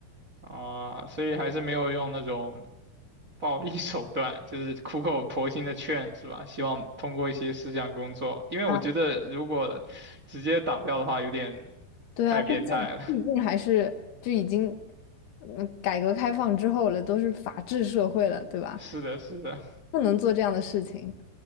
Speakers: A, on the right; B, on the left.
A: 啊，所以还是没有用那种暴力手段，就是苦口婆心的劝，是吧？希望通过一些思想工作，因为我觉得如果直接打掉的话，
B: 啊，
A: 有点
B: 对啊，
A: 太变态了。
B: 毕竟毕竟还是就已经，
A: <laughs>
B: 嗯，改革开放之后了，都是法治社会了，对吧？
A: 是的，是的，
B: 不能做这样的事情。